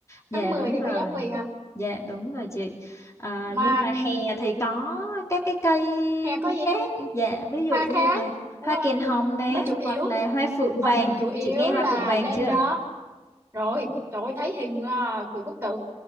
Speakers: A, on the left; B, on the right.
A: Dạ
B: tháng mười
A: đúng
B: thì
A: rồi.
B: có giáo quỳ hả
A: Dạ đúng rồi chị. À,
B: mà
A: nhưng mà hè thì có các cái cây
B: hè có gì
A: khác. Dạ ví dụ
B: hoa
A: như
B: khác
A: là
B: đúng
A: hoa kèn
B: không
A: hồng nè
B: nhưng mà chủ yếu
A: hoặc là hoa phượng
B: không
A: vàng.
B: chủ yếu
A: Chị nghe hoa
B: là
A: phượng vàng
B: lên
A: chưa?
B: đó rồi trời ơi thấy hình uh, Quỷ Quốc Tự